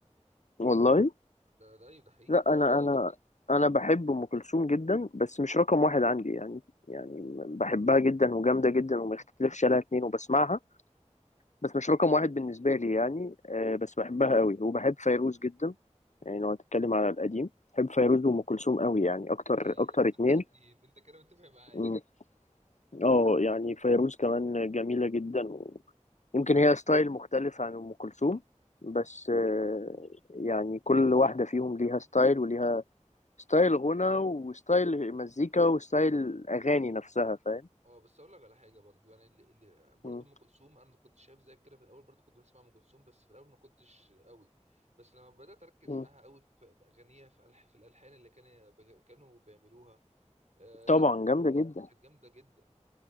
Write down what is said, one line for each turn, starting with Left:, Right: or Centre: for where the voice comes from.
Left: والله
Right: ده ده ايوه ده حقيقي
Left: لا انا انا انا بحب ام كلثوم جدا بس مش رقم واحد عندي يعني يعني بحبها جدا وجامده جدا وما يختلفش عليها اتنين وبسمعها بس مش رقم واحد بالنسبه لي يعني آه، بس بحبها قوي وبحب فيروز جدا يعني لو هتتكلم على القديم بحب فيروز وام كلثوم قوي يعني اكتر
Right: بس
Left: اكتر اتنين
Right: اكتر اتنين انت كده متفق معايا
Left: مم. اه يعني فيروز كمان جميله جدا ويمكن هي ستايل مختلف عن ام كلثوم بس آه، يعني كل واحده فيهم ليها ستايل وليها ستايل غنى وستايل مزيكا وستايل اغاني نفسها فاهم
Right: اه بس اقول لك على حاجه برضو يعني اللي, اللي برضو
Left: مم.
Right: ام كلثوم انا كنت شايف زي كده في الاول برضو كنت بسمع ام كلثوم بس في الاول ما كنتش قوي بس لما بدات اركز
Left: مم.
Right: معاها قوي في في اغانيها في ألح في الالحان اللي كانوا كانوا بيعملوها آه
Left: طبعا
Right: لا
Left: جامده جدا
Right: كانت جامده جدا